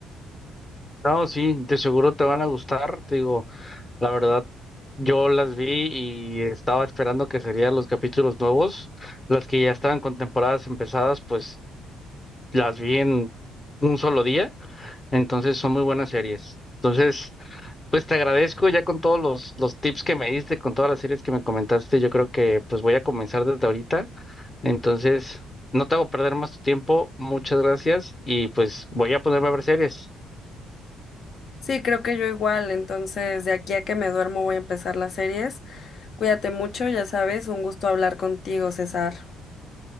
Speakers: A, on the left; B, on the left.
A: No, sí, de seguro te van a gustar, te digo. La verdad, yo las vi y estaba esperando que serían los capítulos nuevos. Las que ya estaban con temporadas empezadas, pues las vi en un solo día. Entonces son muy buenas series. Entonces, pues te agradezco ya con todos los, los tips que me diste, con todas las series que me comentaste. Yo creo que pues voy a comenzar desde ahorita. Entonces, no te hago perder más tu tiempo. Muchas gracias y pues voy a ponerme a ver series.
B: Sí, creo que yo igual. Entonces, de aquí a que me duermo voy a empezar las series. Cuídate mucho, ya sabes, un gusto hablar contigo, César.